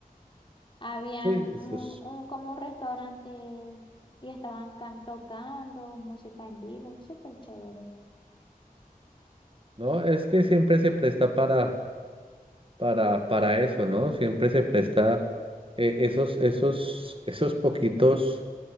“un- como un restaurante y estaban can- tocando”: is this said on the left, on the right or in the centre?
Left